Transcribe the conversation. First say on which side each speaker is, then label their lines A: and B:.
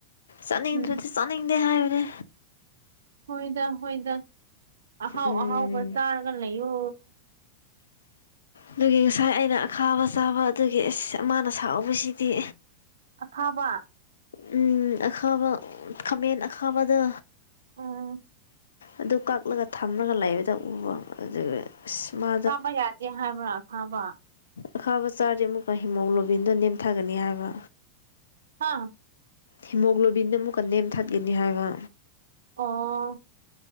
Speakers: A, on the left; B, on the right.
A: ꯆꯥꯅꯤꯡꯗ꯭ꯔꯗꯤ
B: ꯎꯝ
A: ꯅꯤꯡꯗꯦ ꯍꯥꯏꯕꯅꯦ
B: ꯍꯣꯏꯗ ꯍꯣꯏꯗ ꯑꯍꯥꯎ
A: ꯎꯝ
B: ꯑꯍꯥꯎꯕ ꯆꯥꯔꯒ ꯂꯩꯌꯣ
A: ꯑꯗꯨꯒꯤ ꯉꯁꯥꯏ ꯑꯩꯅ ꯑꯈꯥꯕ ꯆꯥꯕ ꯑꯗꯨꯒꯤ ꯑꯃꯅ ꯁꯥꯎꯕꯁꯤꯗꯤ
B: ꯑꯈꯥ ꯕ
A: ꯎꯝ ꯑꯈꯥꯕ ꯈꯥꯃꯦꯟ ꯑꯈꯥꯕꯗꯣ
B: ꯎꯝ
A: ꯑꯗꯨ ꯀꯛꯂꯒ ꯊꯝꯂꯒ ꯂꯩꯕꯗ ꯎꯕ ꯑꯗꯨꯒ ꯑꯁꯃ
B: ꯆꯃ ꯌꯥꯗꯦ ꯍꯥꯏꯕ ꯍꯥꯥꯕ
A: ꯑꯈꯥꯕ ꯆꯥꯔꯗꯤꯦ ꯑꯃꯨꯛꯀ ꯍꯤꯃꯣꯒ꯭ꯂꯣꯕꯤꯟꯗ ꯅꯦꯝꯊꯒꯅꯤ ꯍꯥꯏꯕ
B: ꯍꯥ
A: ꯍꯤꯃꯣꯒ꯭ꯂꯣꯕꯤꯟꯗ ꯑꯃꯨꯛꯀꯟꯅ ꯅꯦꯝ ꯊꯠꯀꯅꯤ ꯍꯥꯏꯕ
B: ꯑꯣ